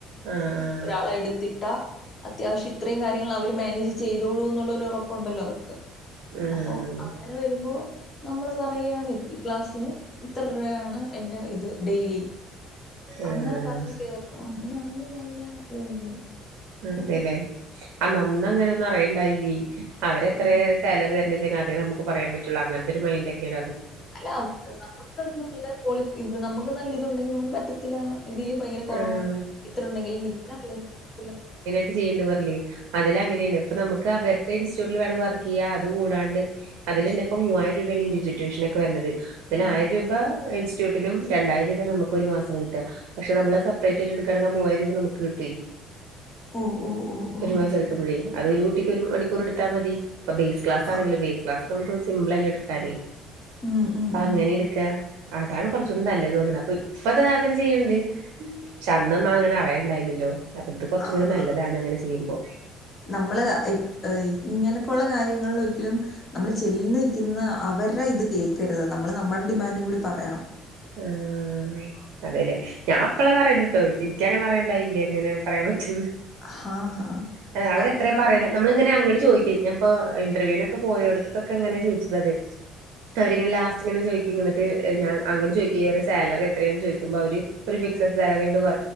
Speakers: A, on the right; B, on the left.
A: ആഹ് ആഹ്
B: ഒരാളെ എടുത്തിട്ട് ത അത്യാവശ്യം ഇത്രയും കാര്യങ്ങൾ അവര് മാനേജ് ചെയ്തോളൂ എന്നുള്ളൊരു ഉറപ്പുണ്ടല്ലോ അവർക്ക്
A: ആഹ്
B: അപ്പൊ അങ്ങനെ വരുമ്പോ നമ്മള് പറയാണ് ക്ലാസ്സിന് ഇത്ര രൂപയാണ് എന്റെ ഇത് ഡെയ്യിലി
A: ആഹ്
B: അങ്ങനെ പറഞ്ഞ് കേറണോ അങ്ങനാണെങ്കി നല്ല ഇണ്ട്
A: അതെലെ അന്ന അന്നങ്ങനെ ഒന്നും അറിയല്ണ്ടായില്ലേ അവരെത്ര
B: ഉം.
A: സെലറി തര്ന്നെച്ചാ ഹേ നമുക്ക് പറയാൻ പറ്റൊള്ളു അങ്ങൻത്തെ ഒരു മൈന്റ്ക്കെയാ
B: അല്ല നമ്ക്ക് നല്ല കോളിഫ് ഇത് നമ്ക്ക് നല്ലിതുണ്ടെങ്കി നമ്ക്ക് പറ്റ ത്തില്ലാ ഇതില് ഭയങ്കര കൊറവാണ്
A: ആഹ്
B: ഇത്രണ്ടെങ്കി നിക്കില്ല <unintelligible>
A: ട്ട് ചെയ്യ്ണ്ട് പർൻലേ അതിലങ്ങനേണ് ഇപ്പ നമ് ക്ക് അവര്ടെ ഇൻസ്റ്റൂട്ടില് വേണെങ്കി വർക്കെയ്യാ അത് കൂടാണ്ട് അതിലെന്നെപ്പം മൂവായിരം രൂപേണ് ഇൻന്റിവിജുൽ ട്യൂഷ്നൊക്കെ വര്ണത് തിന്
B: ഉം.
A: ആയിരം രൂപാ ഇൻസ്റ്റ്യൂട്ടിനും രണ്ടായിരം രൂപെ നമുക്ക് ഒര് മാസം കി ട്ടാ പക്ഷെ നമ്മള് സപ്പ്റേറ്റായ്ട്ട് ഇട്ക്കാണങ്ക ആ മൂവായിം രൂപ നമുക്ക് കിട്ട്വേ
B: ഓ, ഓ, ഓ, ഓ.
A: ഒരു മാസം ഇട്ക്ക്മ്പഴേ അത് ഒരു കൂട്ടിക്ക് ഒരു മണിക്കൂറ്ട്ത്താമതി പ്പം ബേസ് ക്ലാസാണെങ്കില്
B: ആ.
A: ബേസ് ക്ലാസാെക്കെ നമുക്ക് സിമ്പ്ളല്ലെ ഇട്ക്കാന്
B: ഉം, ഉം,
A: അഅങ്ങനെ
B: ഉം.
A: ഇട്ക്കാ അതാണ് കൊറച്ചൂടിം നല്ലത് തോന്ന്ണ് അപ്പൊത് ഇപ്പതാ അങ്ങനെ ച് ചെയ്യ്ൺണ്ട് ക്ഷെ അന്നൊന്നും അങ്ങനെ അറയണ്ടായില്ലല്ലോ അപ്പ ത് കൊറച്ച്കൂടെ
B: ആ,
A: നല്ലതാണ്
B: ആ.
A: അങ്ങനെ ചെയ്യ്മ്പോ
B: നമ്മള് ഇപ് ഏയ് ഇങ്ങനൊക്കൊള്ള കാര്യങ്ങൾലൊരി ലും നമ്മള് ചെല്ന്ന് ക്ക്ന്ന അവരെ ഇത് കേക്കര്ത് നമ്മള് നമ്മടെ ഡിമാൻഡും കൂടി പറയണം
A: ആഹ് അതെല്ലേ ഞാ പ്പള്ളാ തറിണട്ടോ ഇൻക്കങ്ങന റിയണ്ടായില്ല്യ ങ്ങനെ പറയാം പറ്റൂന്ന്
B: ആ, ആ.
A: <unintelligible> അവരെത്ര
B: അ അം
A: പറ്യെണെ നമ്മളിങ്ങനെ അങ്ങട് ചോയ്ക്ക ഞാ പ്പോ ഇന്റർവ്യൂനൊക്കെ പോയോട്ത്തൊക്കെ ങ്ങനെ ചോയ്ച്ച്ണത് ക്ക വരിങ്ങനെ ലാസ്റ്റ് ങ്ങനെ ചോയ്ക്ക്ങ്ങ് ന്ന്ട്ട് ഞാ അങ്ങ്ട് ജോലികേറി സാലറി എത്രന്ന് ചെയ്ക്കുമ്പ വര് ഒര് ഫിക്സഡ് സാലറി ഇങ്ങട് പ